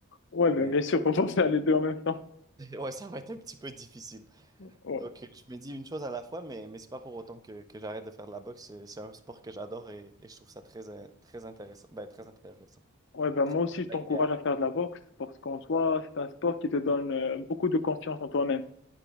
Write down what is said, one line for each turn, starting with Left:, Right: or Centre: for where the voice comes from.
Left: ouais, ben,
Right: Mais
Left: bien sûr, <laughs> on va faire les deux en même temps.
Right: <laughs> ouais, ça va être un petit peu difficile.
Left: Ouais,
Right: Donc, euh, je me dis une chose à la fois, mais, mais c'est pas pour autant que, que j'arrête de faire de la boxe. C'est c'est un sport que j'adore et, et je trouve ça très, in- très intéressant. Ben, très intéressant.
Left: ouais ben, moi aussi, je t'encourage
Right: Agréable.
Left: à faire de la boxe parce qu'en soi, c'est un sport qui te donne euh, beaucoup de confiance en toi-même.